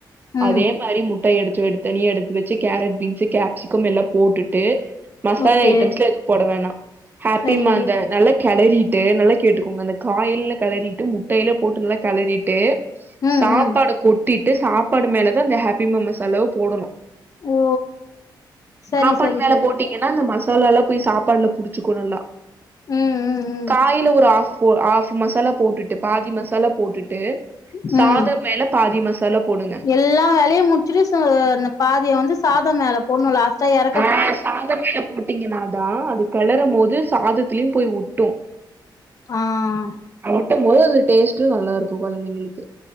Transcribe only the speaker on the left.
ம்
ஓகே
சரி
ம்
ம்
ஓ சரி
சரி
சரி
ம் ம்
ம்
ம்
எல்லா வேலையு முடிச்சுட்டு சு அந்த பாதியம் வந்து சாதம் மேல போண்ணு லாஸ்ட்டா எர்
ஆஹ்